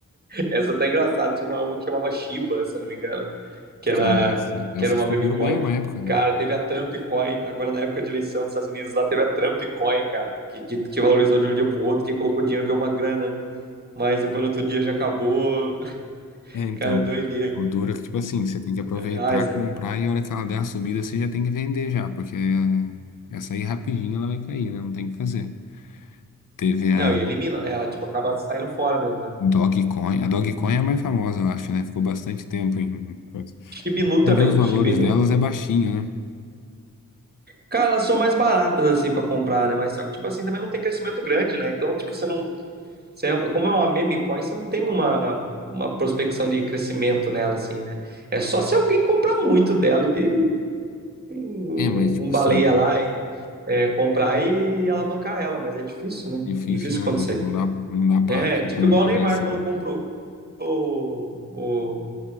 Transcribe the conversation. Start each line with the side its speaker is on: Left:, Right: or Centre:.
Right: essa tá engraçada. Tinha uma, uma que chamava Shiba, se eu não me engano, que era,
Left: Cara, essa, essa
Right: que era uma
Left: subiu
Right: meme coin.
Left: bem uma época.
Right: Cara, teve a Trump Coin, agora na época de eleição dos Estados Unidos, lá teve a Trump Coin, cara, que, que, que valorizou de um dia pro outro. Quem colocou dinheiro ganhou uma grana, mas depois no outro dia já acabou.
Left: É, então,
Right: Cara, doideira.
Left: o duro é que, tipo assim, você tem que aproveitar,
Right: Ah, isso
Left: comprar
Right: é-
Left: e a hora que ela der a subida, você já tem que vender já, porque é, essa aí rapidinho ela vai cair, né? Não tem o que fazer. Teve a
Right: Não, e elimina, né? Ela, tipo, acaba saindo fora mesmo, né?
Left: Dogecoin. A Dogecoin é a mais famosa, eu acho, né? Ficou bastante tempo em... coisa.
Right: Shibinu
Left: Vai
Right: também,
Left: ver os valores
Right: Shibinu.
Left: delas é baixinho, né?
Right: Cara, elas são mais baratas, assim, pra comprar, né? Mas só que, tipo assim, também não tem crescimento grande, né? Então, tipo, você não. Você, é- como é uma meme coin, você não tem uma, uma prospecção de crescimento nela, assim, né? É só se alguém comprar muito dela e, e um
Left: É, É, mas, tipo
Right: um baleia
Left: assim,
Right: lá e é, comprar e alavancar ela, mas é difícil, né?
Left: difícil,
Right: Difícil
Left: né?
Right: acontecer.
Left: Não dá, não dá pra
Right: É, tipo
Left: comprar
Right: igual o Neymar
Left: pensando.
Right: quando comprou o, o,